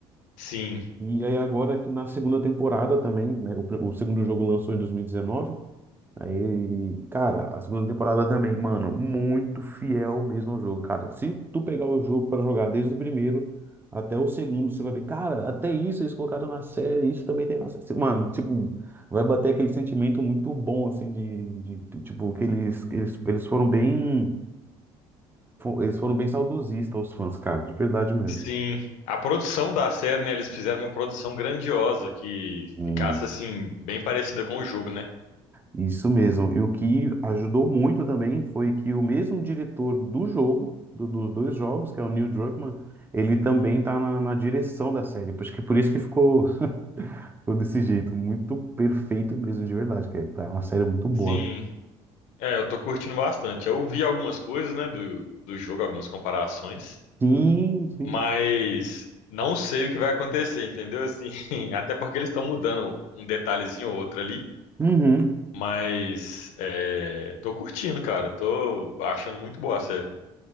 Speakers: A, on the left; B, on the right.
A: Sim.
B: E aí agora que na segunda temporada também, né? O, pr- o segundo jogo lançou em 2019, Aí, cara, a segunda temporada também, mano, muito fiel mesmo ao jogo, cara. Se tu pegar o jogo pra jogar desde o primeiro até o segundo, você vai ver, cara, até isso eles colocaram na série, isso também tem na série. Mano, tipo, vai bater aquele sentimento muito bom, assim, de, de- tipo, que eles, eles, eles foram bem, eles foram bem saudosistas, os fãs, cara, de verdade mesmo.
A: Sim, a produção da série, né, eles fizeram uma produção grandiosa que
B: Hum.
A: ficasse assim bem parecida com o jogo, né?
B: Isso mesmo. E o que ajudou muito também foi que o mesmo diretor do jogo, do- dos dois jogos, que é o Neil Druckmann, ele também tá na, na direção da série. Acho que por isso que ficou, ficou desse jeito. Muito perfeito mesmo, de verdade. Que é tá uma série muito boa.
A: Sim, é, eu tô curtindo bastante. Eu vi algumas coisas, né, do, do jogo, algumas comparações,
B: Sim, sim.
A: mas não sei o que vai acontecer, entendeu? Assim, <laughs> até porque eles estão mudando um detalhezinho ou outro ali,
B: Uhum.
A: mas é, tô curtindo, cara. Tô achando muito boa a série.